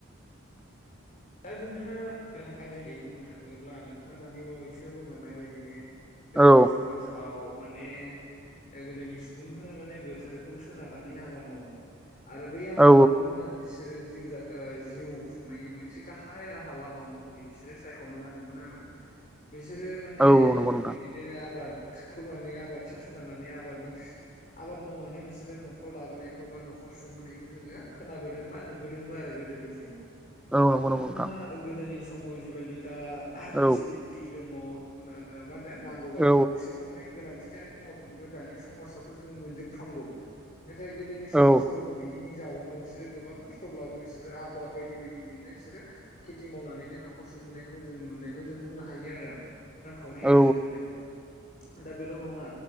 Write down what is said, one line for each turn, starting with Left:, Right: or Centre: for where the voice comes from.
Left: दा जोंहा गदां गाज्रिै बुंनो थाङोब्ला नोंथाङा दानि बावैसो बुंलांनाय बायदिनो <unintelligible> गोदोनि
Centre: औ
Left: समाजाव माने ओ गोदोनि सुबुंफोरा माने बोथोरखौ सोनारनानै आबाद मावोमोन। आरो बै आबादखौनो
Centre: औ
Left: बिसोरो जिउ जा ओ जिउ खुंनायनि मोनसे गाहाय राहा लामा महरै बिसोरो सायख'ना लादोंमोन आरो। बिसोरो माने
Centre: औ औ नंगौ नोंथां
Left: बिदिनो आबाद खौ माने आबादनि सायाव संगारनानै आबादनि आबाद मावनानै बिसोरो न'खर दाबोनायखौ बा न'ख खर सुंबोनायखौ जोङो खोनाबोदों बा नुबोदोंबो आरो गोदोनिफ्रायनो
Centre: औ नंगौ
Left: जोंहा
Centre: नंगौ नोंथां
Left: गोदोनि समाव जिबायदि दा
Centre: औ
Left: पिसिलिटि दङ नो ओ मा होनो नांगौबा
Centre: औ
Left: नांगौसेबां माने गोनां थि जानाय मुवाफोरखौनो दानि समाजावथ' जोङो मोनजोबफ्रामागौ नाथाय गोदोनि समाजाव
Centre: औ
Left: गैयिनि जाउनाव बिसोरो गोबां खस्थ'ब्लाबो बिसोरो आबाद बायदि बायदिजोंनो बिसो रो खेथि मावनानैनो न'खर सुंबोनायखौ जों नुनायखौ जों बुंनो हायो आरो। रांखावरि
Centre: औ
Left: आरजिनो बोनायखौ दा बेल' नङा